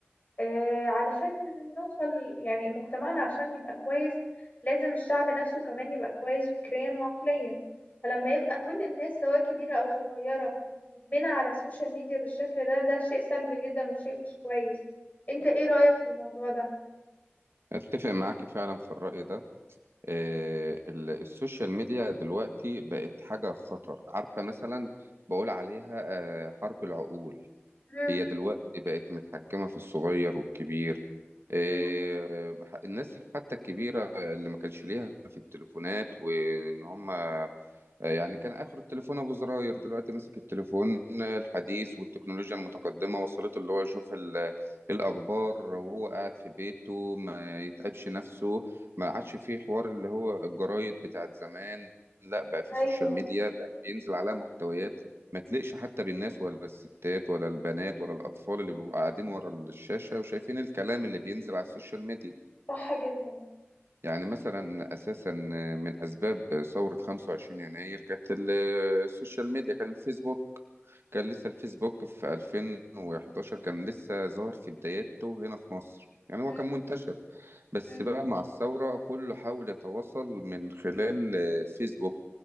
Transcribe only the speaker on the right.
اتفق معاك فعلا في الرأي ده آه، ال- السوشيال ميديا دلوقتي بقت حاجة خطر عارفة مثلا بقول عليها آه، حرب العقول
هي دلوقتي بقت متحكمة في الصغير والكبير آه،
ح- الناس حتى الكبيرة اللي ما كانش ليها في التليفونات وان هم آه، يعني كان آخر التليفون أبو زراير دلوقتي ماسك التليفون آه، الحديث والتكنولوجيا المتقدمة وصلته اللي هو يشوف ال- الأخبار وهو قاعد في بيته ما يتعبش نفسه ما عادش فيه حوار اللي هو الجرايد بتاعت زمان لا بقى فيه
سوشيال ميديا بقى بينزل عليها محتويات ما تليقش حتى بالناس ولا الستات ولا البنات ولا الأطفال اللي بيبقوا قاعدين ورا الشاشة وشايفين الكلام اللي بينزل على السوشيال ميديا
يعني مثلا اساسا من اسباب ثوره 25 يناير كانت ال- السوشيال ميديا كان الفيسبوك كان لسه الفيسبوك في 2011 كان لسه ظاهر في بداياته هنا في مصر يعني
هو كان منتشر بس
بقى مع الثوره كله حاول يتواصل من خلال الفيسبوك